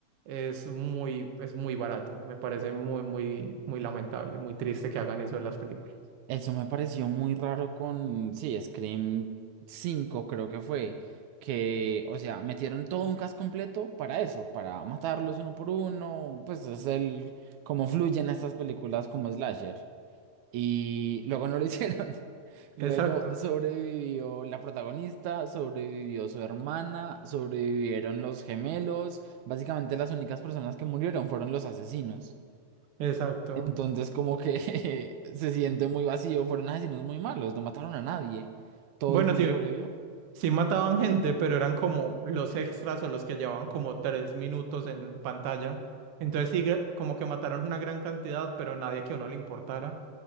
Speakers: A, on the right; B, on the right.
A: Es muy, es muy barato, me parece muy, muy, muy lamentable, muy triste que hagan eso en las películas.
B: Eso me pareció muy raro con, sí, Scream 5 creo que fue, que, o sea, metieron todo un cast completo para eso, para matarlos uno por uno, pues es el, cómo fluyen estas películas como slasher. Y luego no lo <laughs> hicieron. Luego
A: Exacto,
B: sobrevivió la protagonista, sobrevivió su hermana, sobrevivieron los gemelos. Básicamente las únicas personas que murieron fueron los asesinos.
A: exacto.
B: Entonces como que <laughs> se siente muy vacío, fueron asesinos muy malos, no mataron a nadie, todo
A: Bueno,
B: el mundo
A: sí,
B: sobrevivió.
A: Sí mataban gente, pero eran como los extras o los que llevaban como tres minutos en pantalla. Entonces sí, gra- como que mataron una gran cantidad, pero nadie que a uno le importara.